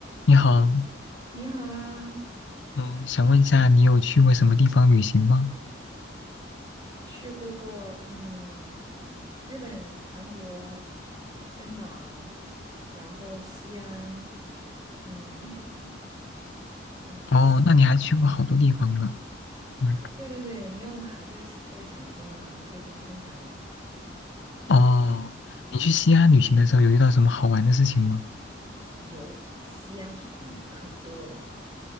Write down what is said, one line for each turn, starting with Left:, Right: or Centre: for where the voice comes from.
Left: 你好，
Right: 你好啊，
Left: 嗯，想问一下，你有去过什么地方旅行吗？
Right: 去过嗯日本、韩国、香港，然后西安，嗯，那个西安，
Left: 哦，那你还去过好多地方呢。嗯，
Right: 对对对，你有哪个喜特别想听的吗？我可以跟你分享哦。
Left: 哦，你去西安旅行的时候有遇到什么好玩的事情吗？
Right: 有，西安好玩的可多了，